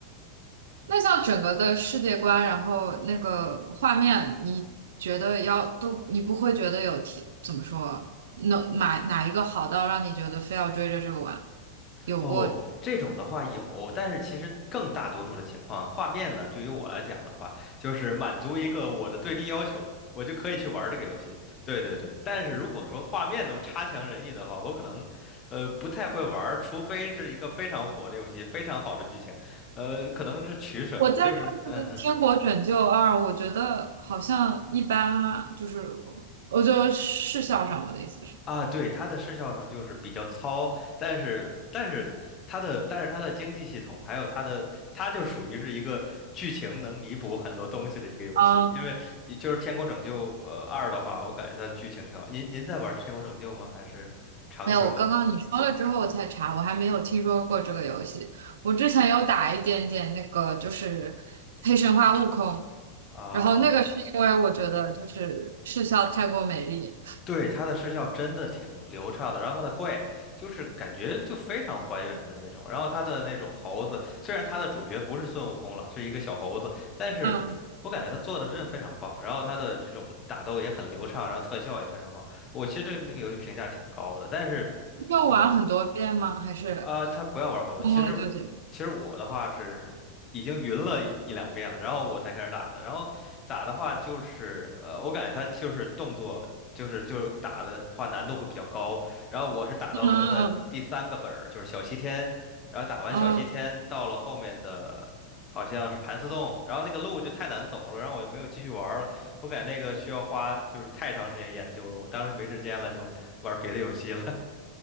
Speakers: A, on the right; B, on the left.
A: 那像整个的世界观，然后那个画面，你觉得要都，你不会觉得有提，怎么说，哪哪哪一个好到让你觉得非要追着这个玩？有过，
B: 哦，这种的话有，但是其实更大多数的情况，画面呢，对于我来讲的话，就是满足一个我的最低要求，我就可以去玩这个游戏。对对对，但是如果说画面都差强人意的话，我可能，呃，不太会玩除非是一个非常火的游戏，非常好的剧情，呃，可能是取舍吧，
A: 我在看这个《天国拯救二》，
B: 就是，嗯嗯。
A: 我觉得好像一般啊，就是我就视效上，我的意思是，
B: 啊，对，它的视效上就是比较糙，但是但是它的但是它的经济系统，还有它的它就属于是一个剧情能弥补很多东西的一个游戏，
A: 嗯，
B: 因为就是《天国拯救》呃二的话，我感觉它的剧情挺好。您您在玩《天国拯救》吗？还是尝试过？
A: 没有，我刚刚你说了之后我才查，我还没有听说过这个游戏，我之前有打一点点那个，就是黑神话悟空。
B: 啊？
A: 然后那个是因为我觉得就是视笑太过美丽。
B: 对，它的视效真的挺流畅的，然后它的怪就是感觉就非常还原的那种，然后它的那种猴子，虽然它的主角不是孙悟空了，是一个小猴子，但是我感觉他做的真的非常棒，
A: 嗯，
B: 然后他的这种打斗也很流畅，然后特效也非常好，我其实对那个游戏评价挺高的，但是
A: 要玩很多遍吗？
B: 总
A: 还是
B: 啊，他不要玩好多。
A: 通了就结束？
B: 其实，其实我的话是已经云了一一两遍了，然后我才开始打的。然后打的话就是，呃，我感觉他就是动作，就是就是打的话难度会比较高。然后我是打到了他的第三个本儿，
A: 嗯嗯
B: 就是小西天。然后打完小西天，
A: 嗯嗯。
B: 到了后面的好像是盘丝洞，然后那个路就太难走了，然后我就没有继续玩儿了。我感觉那个需要花就是太长时间研究了，我当时没时间了，就玩别的游戏了。